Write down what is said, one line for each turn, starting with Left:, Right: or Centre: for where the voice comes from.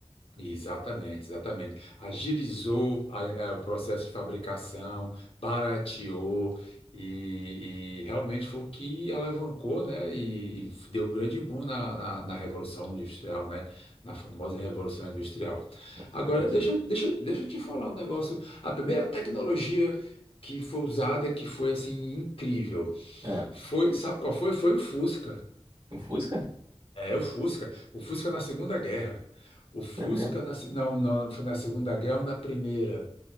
Left: Exatamente, exatamente. Agilizou a- a- o processo de fabricação, barateou e, e realmente foi o que alavancou, né? E, e deu grande boom na, na, na Revolução Industrial, né? Na famosa Revolução Industrial.
Right: Exatamente.
Left: Agora, deixa, deixa, deixa eu te falar um negócio. A primeira tecnologia que foi usada, que foi assim incrível,
Right: Ah,
Left: foi, sabe qual foi? Foi o Fusca.
Right: o Fusca?
Left: É, o Fusca. O Fusca na Segunda Guerra. O Fusca
Right: Foi mesmo.
Left: na... se- Não, não, foi na Segunda Guerra ou na Primeira?